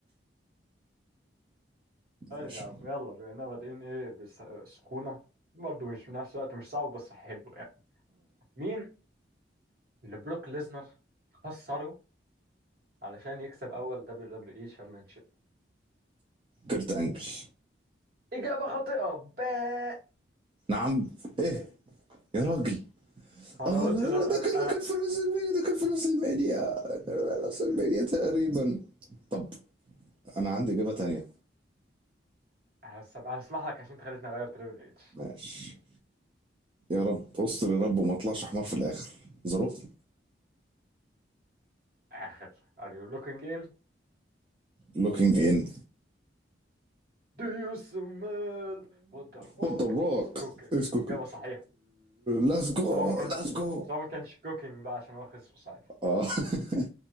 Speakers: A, on the right; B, on the right.
A: طيب
B: ماشي
A: يا عم يلا بما اننا بادئين ايه بس سخونه برضه مش في نفس الوقت مش صعب بس حلو يعني مين اللي بروك ليزنر خسره علشان يكسب اول دبليو دبليو اي شامبيونشيب
B: كرت انجل
A: اجابه خاطئه باء
B: نعم ايه يا راجل
A: انا
B: اه
A: قلت
B: لا
A: زر...
B: لا ده
A: انا
B: كان
A: انا
B: اللي كان في راس المانيا ده كان في راس المانيا راس المانيا تقريبا طب انا عندي اجابه تانية
A: هسم... هسمح لك عشان انت خليتني اغير تريبل اتش
B: ماشي يا رب استر يا رب وما اطلعش حمار في الاخر ذا روك
A: اخر are you looking in
B: لوكينج ان
A: do you smell what the fuck
B: وات ذا روك
A: is cooking
B: از كوكينج
A: اجابه صحيحه
B: ليتس جو
A: بس هو ما كان
B: ليتس جو
A: بس هو ما كانش cooking بقى عشان هو خسر ساعتها
B: اه <laughs>